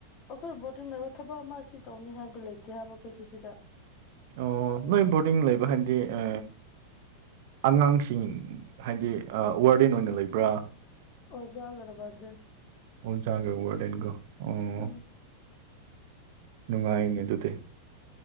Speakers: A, on the left (about 35°); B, on the right (about 50°).
A: ꯑꯈꯣꯏ ꯕꯣꯔꯗꯤꯡ ꯂꯩꯕ ꯊꯕꯛ ꯑꯃ ꯁꯤ ꯇꯧꯅꯤ ꯍꯥꯏꯕꯗꯣ ꯂꯩꯇꯦ ꯍꯥꯏꯕ ꯑꯩꯈꯣꯏꯗꯤ ꯁꯤꯗ
B: ꯑꯣ ꯅꯣꯏ ꯕꯣꯔꯗꯤꯡ ꯂꯩꯕ ꯍꯥꯏꯕꯗꯤ ꯑ ꯑꯉꯥꯡꯁꯤꯡ ꯍꯥꯏꯗꯤ ꯑ ꯋꯥꯔꯗꯦꯟ ꯑꯣꯏꯅ ꯂꯩꯕ꯭ꯔꯥ
A: ꯑꯣꯖꯥ <unintelligible>
B: ꯑꯣꯖꯥꯒ ꯋꯥꯔꯗꯦꯟꯒ ꯑꯣ
A: ꯎꯝ
B: ꯅꯨꯡꯉꯥꯏꯅꯤ ꯑꯗꯨꯗꯤ